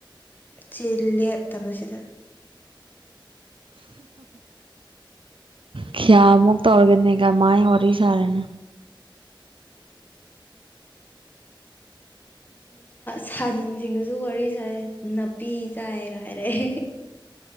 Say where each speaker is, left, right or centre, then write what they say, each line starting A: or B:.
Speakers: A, on the left; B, on the right.
A: ꯆꯤꯜ ꯂꯦꯛꯇꯕꯁꯤꯗ
B: ꯈꯤꯌꯥꯃꯨꯛ ꯇꯧꯔꯒꯅꯦꯒ ꯃꯥꯥꯏ ꯋꯥꯔꯤ ꯁꯥꯔꯦꯅ
A: ꯁꯟꯁꯤꯡꯒꯁꯨ ꯋꯥꯔꯤ ꯁꯥꯏ ꯅꯥꯄꯤ ꯆꯥꯏꯒ ꯍꯥꯏꯔꯛꯦ